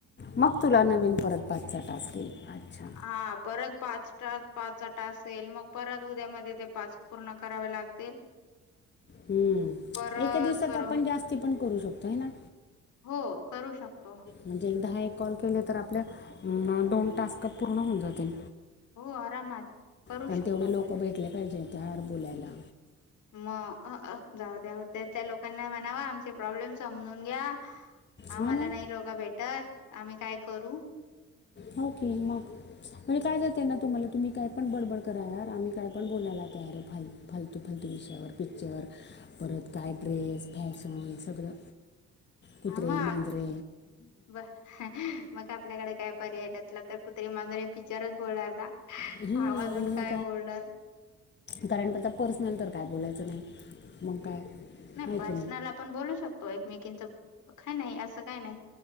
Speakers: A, on the left; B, on the left.
A: मग तुला नवीन परत पा टास्क येईल. अच्छा
B: हा परत पाच टास पाच टास येईल मग परत उद्यामाझे ते पाच पूर्ण करावे लागतील.
A: हम्म,
B: परत
A: एका दिवसात
B: पर
A: आपण जास्ती पण करू शकतो आहे ना?
B: हो करू शकतो
A: म्हणजे एकदाहा एक कॉल केले तर आपल्या दोन टास्क पूर्ण होऊन जातील.
B: हो आरामात. करू
A: पण
B: शकतो
A: तेवढे
B: आपण.
A: लोक भेटले पाहिजे तर बुलायला.
B: मग अ अ जाऊ द्या ओ त्या त्या लोक त्याना म्हणावा आमचे प्रॉब्लेम समजून घ्या आम्हाला
A: हा ना
B: नाही लोक भेटत आम्ही काय करू?
A: हो की मग? म्हजे काय जात आहे ना, तुम्हाला तुम्ही काय पण बडबड करा यार आम्ही काय पण बोलायला तयार आहे भाई. फालतू फालतू विषयावर पिक्चर परत काय ड्रेस, फॅशन, सगळं कुत्रे,
B: आम
A: मांजरे
B: ब मग आपल्याकडे काय पर्याय नसला तर कुत्रेरी मांजरे पिक्चरच बोलणार हा.
A: हम्म,
B: आव अजून
A: मग
B: काय बोलणार?
A: कारण आता पर्सनल तर काय बोलायचं नाही. मग काय?
B: नाही
A: आहे
B: पर्सनल
A: की
B: आपण बोलू शकतो. एकमेकीचं का नाही असं काही नाही.